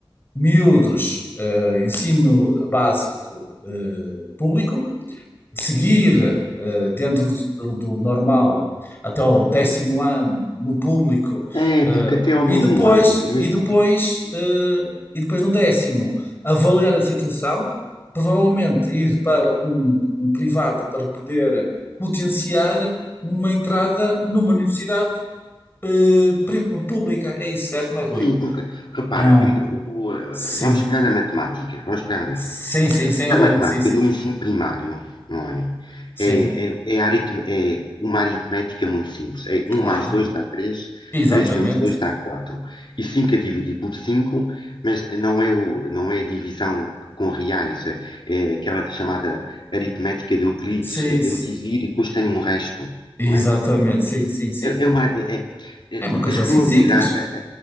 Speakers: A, on the left; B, on the left.
A: miúdos, eh, ensino básico, eh, público. seguir eh, dentro do, do normal até o décimo ano no público
B: É,
A: eh,
B: porque até ao
A: e
B: nono
A: depois
B: ano, e mesmo
A: e depois eh, e depois no décimo avaliar a situação, provavelmente ir para um, um privado para poder potenciar uma entrada numa universidade eh, pri- pública. É isso, certo, não é, Rui?
B: Sim, porque, repara,
A: Ah,
B: Pedro, o, eh,
A: sim.
B: vamos pegar na matemática, vamos pegar na
A: Sim,
B: matemática.
A: sim, sim, olha,
B: A matemática
A: sim, sim.
B: do ensino primário, não é?
A: Sim,
B: É, é, é aritme- é uma aritmética muito simples. É
A: claro.
B: um mais 2 dá 3,
A: Exatamente.
B: 3 menos 2 dá 4. E 5 a dividir por 5, mas não é, o, não é a divisão com reais, é, é aquela chamada aritmética de Euclides.
A: Sim,
B: É, eu divido e depois tenho um resto,
A: Exatamente,
B: não é?
A: sim, sim, sim.
B: É, é uma, é- é- é,
A: É uma coisa
B: as probabilidades,
A: assim simples.